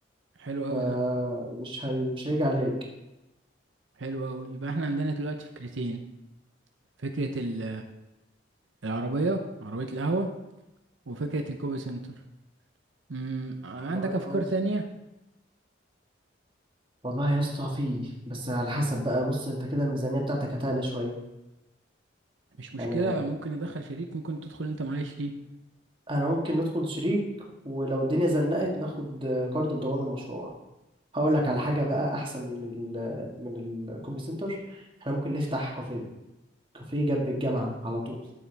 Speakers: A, on the right (about 80°); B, on the right (about 30°).
A: حلو قوي
B: فمش
A: ده
B: هي... مش هيجي عليك
A: حلو قوي يبقى احنا عندنا دلوقتي فكرتين فكرة ال العربية عربية القهوة وفكرة الكوبي سنتر امم عندك
B: والله
A: أفكار
B: كويس
A: تانية
B: والله يا اسطى فيه بس على حسب بقى بص أنت كده الميزانية بتاعتك هتعلى شوية
A: مش مشكلة
B: يعني
A: ممكن يدخل شريك ممكن تدخل أنت معايا شريك
B: أنا ممكن ندخل شريك ولو الدنيا زنقت ناخد كارد بضمان المشروع هقول لك على حاجة بقى أحسن من ال من الكوبي سنتر احنا ممكن نفتح كافيه كافيه جنب الجامعة على طول